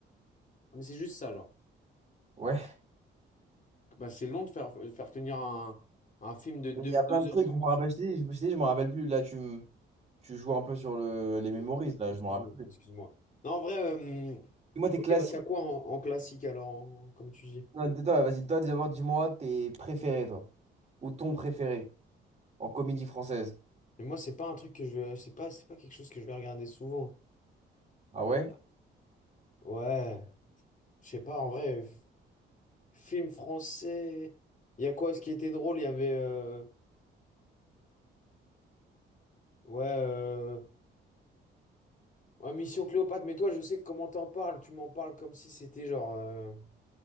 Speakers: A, on the left; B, on the right.
A: Ah, Mais c'est juste ça, genre.
B: Ouais.
A: Bah, c'est long de faire, faire tenir un, un film de deux
B: Il y a plein de trucs,
A: heures trente.
B: je me rappelle, je t'ai dit, je je t'ai dit, je me rappelle plus. Là, tu, me- tu joues un peu sur le... les
A: Ok.
B: memories, là,
A: Excuse-moi,
B: je me rappelle plus.
A: excuse-moi. Non, en vrai, euh,
B: Dis-moi tes
A: ok,
B: classiques.
A: bah t'as quoi en, en classique alors, en- comme tu dis?
B: Non, toi, vas-y, toi, d'abord, dis-moi tes préférés, toi. Ou ton préféré en comédie française.
A: Mais moi, c'est pas un truc que je, c'est pas, c'est pas quelque chose que je vais regarder souvent.
B: Ah
A: Euh,
B: ouais?
A: ouais, je sais pas. En vrai, f- film français. Il y a quoi, ce qui était drôle? Il y avait, euh, ouais, euh, ouais, Mission Cléopâtre. Mais toi, je sais comment t'en parles. Tu m'en parles comme si c'était genre. euh,